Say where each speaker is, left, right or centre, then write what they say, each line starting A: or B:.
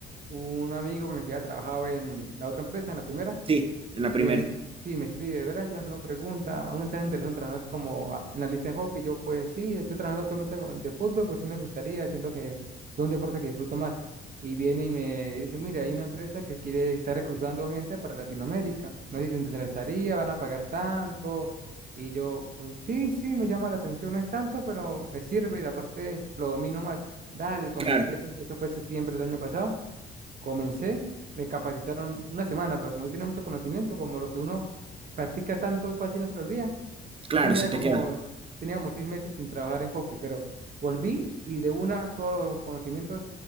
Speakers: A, on the right; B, on the right.
A: un amigo con el que había trabajado en la otra empresa, en la primera,
B: Sí, en la primera.
A: Bien, sí, me escribe Brian, no pregunta, ¿aún estás interesado en trabajar como a- analista de hockey? Yo, pues sí, estoy trabajando actualmente con- de fútbol, pues sí me gustaría, siento que es un deporte que disfruto más. Y viene y me dice, mira, hay una empresa que quiere estar reclutando gente para Latinoamérica, no sé si te interesaría, van a pagar tanto. Y yo, pues sí, sí, me llama la atención, no es tanto, pero me sirve y la parte lo domino más. Dale, y comencé,
B: Claro,
A: eso fue septiembre del año pasado. Comencé, me capacitaron una semana, pero como yo tenía mucho conocimiento, como lo que uno practica tanto, casi no se lo olvida. Yo
B: claro,
A: tenía
B: se
A: ya
B: te
A: como,
B: queda.
A: tenía como seis meses sin trabajar en hockey, pero volví y de una todos los conocimientos